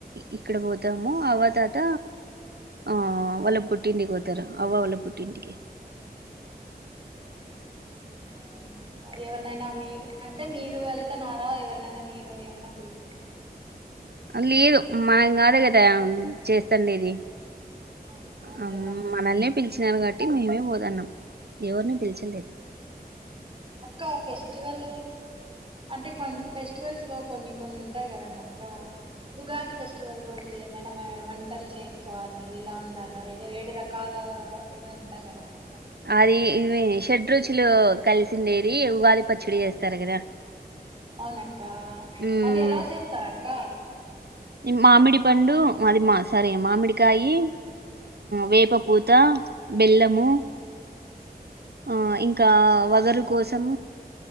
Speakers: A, on the right; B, on the right.
A: ఇక్కడ పోతాము అవ్వ తాత ఆ వల్ల పుట్టింటికి పోతారు అవ్వ వల్ల పుట్టింటికి
B: ఉమ్ ఎవరినైనా మీరు అంటే మీరు వెళ్తున్నారా ఎవరినైనా మీరు ఏమనా పిలుస్తున్నారా అక్క
A: లేదు మనం గాదు కదా చేస్తాండేది
B: ఆ అవునులేండి
A: ఆ
B: అక్క
A: మనల్నే పిలిచినారు గట్టి ఇంకా మేమే పోతనం ఎవరిని పిలిచలేదు
B: అక్క ఫెస్టివల్ అంటే కొ ఫెస్టివల్స్ లో కొన్ని కొన్ని ఉంటాయి కదండీ అక్క ఉగాది ఫెస్టివల్ రోజు ఏమైనా వంటలు చేసుకోవాలి ఇలా ఉండాల ఏదో ఏడు రకాల ఇదో అంటారు కాదండి
A: అది ఇవి షెడ్రుచులు కలిసిందేది ఉగాది పచ్చడీ చేస్తారు కదా
B: అవునక్క
A: ఉమ్
B: అది ఎలా చేస్తార్ అక్క
A: మామిడి పండు మాది మా సోరి మామిడికాయి వేప పూత, బెల్లము ఆ ఇంకా వగరు కోసం